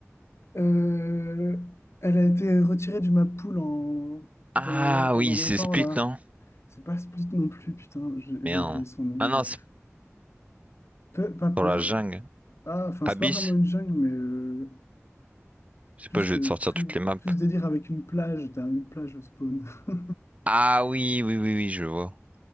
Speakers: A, on the left (about 60°); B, on the right (about 30°).
A: Euh, Elle a été retirée du map pool en...
B: Ah
A: pendant, pendant
B: oui,
A: longtemps
B: c'est Split,
A: là.
B: non?
A: C'est pas Split non plus, putain, j'ai j'ai
B: Merde.
A: oublié son nom,
B: Ah non,
A: bref.
B: c'est
A: Pe- pas Pearl.
B: dans la jungle.
A: Ah, enfin,
B: Abyss?
A: c'est pas vraiment une jungle, mais euh,
B: Je sais
A: plus,
B: pas, je
A: euh,
B: vais te sortir
A: tru-
B: toutes les maps.
A: plus délire avec une plage. T'as une plage au spawn. <laughs>
B: Ah oui, oui, oui, oui, je vois.